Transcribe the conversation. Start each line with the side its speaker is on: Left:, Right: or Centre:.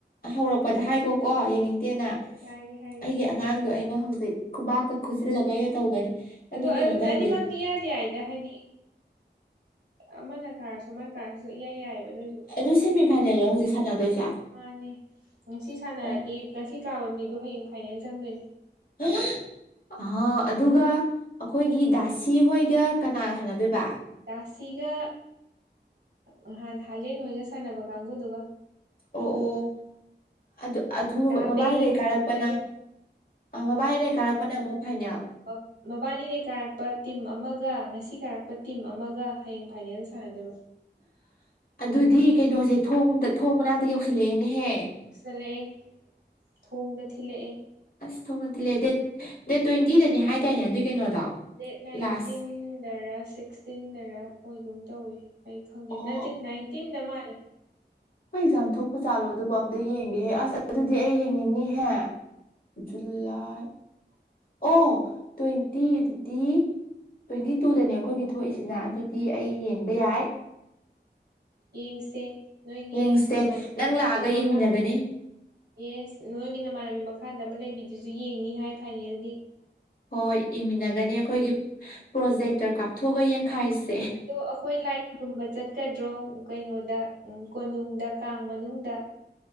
Left: ꯍꯧꯔꯛꯄꯗ ꯍꯥꯏꯕꯣꯀꯣ ꯌꯦꯡꯅꯤꯡꯗꯦꯅ
Right: ꯍꯥꯏꯒꯦ ꯍꯥꯏꯒꯦ ꯍꯥꯏꯒꯦ
Left: ꯑꯩꯒꯤ ꯑꯉꯥꯡꯗꯣ ꯑꯩꯅ ꯍꯧꯖꯤꯛ ꯈꯨꯕꯥꯛꯀ ꯈꯨꯖꯤꯜꯂꯒ ꯇꯧꯒꯅꯤ
Right: ꯑꯗꯨꯅꯤ
Left: ꯑꯗꯣ ꯀꯩꯅꯣ ꯇꯧꯗꯦ
Right: ꯏꯌꯥꯗ ꯌꯥꯏꯗ ꯍꯥꯏꯗꯤ ꯑꯃꯅ ꯀꯥꯔꯁꯨ ꯑꯃꯅ ꯀꯥꯔꯁꯨ ꯏꯌꯥꯏ ꯌꯥꯏꯑꯦꯕ ꯑꯗꯨꯏꯁꯨ꯫
Left: ꯑꯗꯨ ꯁꯦꯃꯤꯐꯥꯏꯅꯦꯜꯂꯣ ꯍꯧꯖꯤꯛ ꯁꯥꯟꯅꯗꯣꯏꯁꯦ
Right: ꯃꯥꯅꯦ ꯉꯁꯤ ꯁꯥꯟꯅꯔꯗꯤ
Left: ꯑꯣ
Right: ꯉꯁꯤ ꯀꯥꯕ ꯃꯤꯗꯣ ꯍꯌꯦꯡ ꯐꯥꯏꯅꯦꯜ ꯆꯪꯗꯣꯏꯅꯤ
Left: ꯑꯍ ꯑ ꯑꯗꯨꯒ ꯑꯩꯈꯣꯏꯒꯤ ꯗꯥꯁꯤ ꯍꯣꯏꯒ ꯀꯅꯥꯒ ꯁꯥꯟꯅꯗꯣꯏꯕ
Right: ꯥꯁꯤꯒ ꯅꯍꯥꯟ ꯍꯥꯂꯦꯟ ꯍꯣꯏꯒ ꯁꯥꯟꯅꯕ ꯀꯥꯡꯕꯨꯨꯗꯨꯒ
Left: ꯑꯣ ꯑꯣ ꯑꯗꯨ ꯑꯗꯨ
Right: ꯗꯥ
Left: ꯃꯕꯥꯅꯤꯗꯩ
Right: ꯕꯦꯂꯤꯡꯈꯝ
Left: ꯀꯥꯔꯛꯄꯅ꯫
Right: ꯍꯣꯏꯒ
Left: ꯑ ꯃꯕꯥꯅꯦ ꯀꯥꯔꯛꯄꯗ ꯑꯃꯨꯛ ꯐꯥꯏꯅꯦꯜ
Right: ꯄꯛ꯫ ꯃꯕꯥꯅꯤꯗꯩ ꯀꯥꯔꯛꯄ ꯇꯤꯝ ꯑꯃꯒ ꯉꯁꯤ ꯀꯥꯔꯛꯄ ꯇꯤꯝ ꯑꯃꯒ ꯍꯌꯦꯡ ꯐꯥꯏꯅꯦꯜꯗ ꯁꯥꯟꯅꯗꯣꯏꯕ꯫
Left: ꯑꯗꯨꯗꯤ ꯀꯩꯅꯣꯁꯦ ꯊꯣꯡꯗ ꯊꯣꯡ ꯃꯅꯥꯛꯇ ꯌꯧꯁꯜꯂꯛꯑꯦꯅꯦꯍꯦ꯫
Right: ꯌꯧꯁꯜꯂꯛꯑꯦ ꯊꯣꯡꯗ ꯊꯤꯜꯂꯛꯑꯦ
Left: ꯑꯁ ꯊꯣꯡꯅ ꯊꯤꯜꯂꯦ ꯗꯦꯠ ꯗꯦꯠ ꯇ꯭ꯋꯦꯟꯇꯤꯗꯅꯦ ꯍꯥꯏꯗꯥꯏꯅꯦ ꯑꯗꯨꯏ ꯀꯩꯅꯣꯗꯣ
Right: ꯗꯦꯠ ꯅꯥꯏꯟꯇꯤꯟꯗꯔ
Left: ꯂꯥꯁ
Right: ꯁꯤꯛꯁꯇꯤꯟꯗꯔ ꯑꯣꯏꯒꯨꯝ ꯇꯧꯑꯦ꯫ ꯑꯩ ꯈꯪꯗꯦ
Left: ꯑꯣ
Right: ꯅꯠꯇꯦ ꯅꯥꯏꯟꯇꯤꯟꯗ ꯃꯥꯜꯂꯦ
Left: ꯍꯣꯏ ꯑꯦꯛꯖꯥꯝ ꯊꯣꯛꯄ ꯆꯥꯠꯂꯣ ꯑꯗꯨꯕꯨ ꯑꯝꯇ ꯌꯦꯡꯒꯦꯍꯦ ꯑꯁ ꯑꯗꯨꯗꯤ ꯑꯩ ꯌꯦꯡꯅꯤꯡꯅꯤꯍꯦ ꯖꯨꯂꯥꯏ ꯑꯣ ꯇ꯭ꯋꯦꯟꯇꯤꯗꯗꯤ ꯇ꯭ꯋꯦꯟꯇꯤ ꯇꯨꯗꯅꯦ ꯑꯩꯈꯣꯏꯒꯤ ꯊꯣꯛꯏꯁꯤꯅ ꯑꯗꯨ ꯗꯤ ꯑꯩ ꯌꯦꯡꯕ ꯌꯥꯏ
Right: ꯌꯦꯡꯁꯦ ꯅꯣꯏꯒꯤ
Left: ꯌꯦꯡꯁꯦ
Right: ꯅꯃꯥꯟꯅꯕꯤ
Left: ꯅꯪ ꯂꯥꯛꯑꯒ
Right: ꯑꯃ ꯃꯈꯥ
Left: ꯌꯦꯡꯃꯤꯟꯅꯒꯅꯤ
Right: ꯌꯦꯁ ꯅꯣꯏꯒꯤ ꯅꯃꯥꯟꯅꯕꯤ ꯃꯈꯥꯗ ꯑꯃ ꯂꯩꯕꯤꯗꯨꯁꯨ ꯌꯦꯡꯅꯤ ꯍꯥꯏ ꯐꯥꯏꯅꯦꯜꯗꯤ
Left: ꯍꯣꯏ ꯌꯦꯡꯃꯤꯟꯅꯒꯅꯤ ꯑꯩꯈꯣꯏꯒꯤ ꯄ꯭ꯔꯣꯖꯦꯛꯇꯔ ꯀꯥꯞꯊꯣꯛꯑꯒ ꯌꯦꯡꯈꯥꯏꯁꯦ
Right: ꯑꯗꯣ ꯑꯩꯈꯣꯏ ꯂꯥꯏ ꯈꯨꯔꯨꯝꯕ ꯆꯠꯀꯗ꯭ꯔꯣ ꯀꯩꯅꯣꯗ ꯀꯣꯅꯨꯡꯗ ꯀꯥꯡ ꯃꯅꯨꯡꯗ